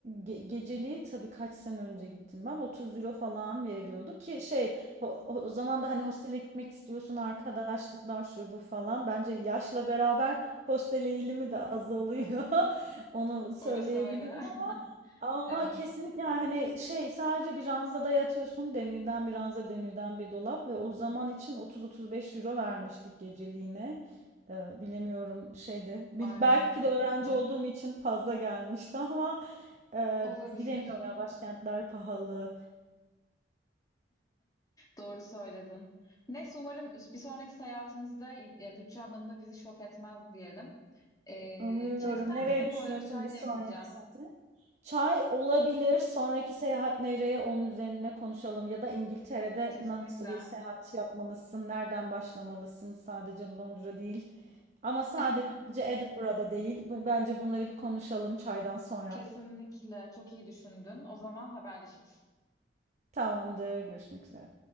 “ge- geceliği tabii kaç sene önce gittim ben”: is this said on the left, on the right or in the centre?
Right